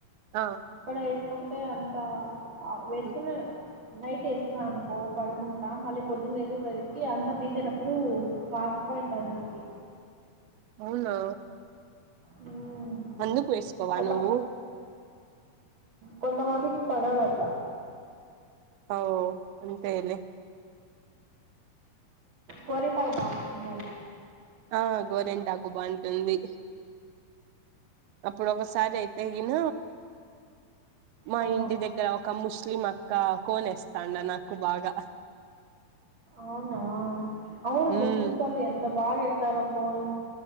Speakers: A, on the right; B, on the right.
A: ఆ
B: వేసుకుంటే అంత వేసుకునే
A: ఉమ్
B: నైట్ వేసుకున్నా అనుకో పడుకుంటా మళ్ళీ పొద్దు లేచేసరికి అంతా తీసేటప్పుడు వా పోయింటది నాకి
A: అవునా
B: హ్మ్.
A: అందుకు వేసుకోవా
B: అట్లా
A: నువ్వు
B: కొంతమందికి పడదుఅట్ల
A: అవ్ అంతే లే
B: గోరింటాకు బావుంటుంది మల్ల
A: ఆ గోరెంటాకు బావుంటుంది అప్పుడు ఒకసారి అయితేగిన మా
B: ఆ
A: ఇంటి దగ్గర ఒక ముస్లిం అక్క కోనేస్తాఉండే నాకు బాగా
B: అవునా అవును
A: మ్మ్
B: ముస్లిమ్ నోళ్ళు ఎంత బాగా బాగ వేస్తారో కోన్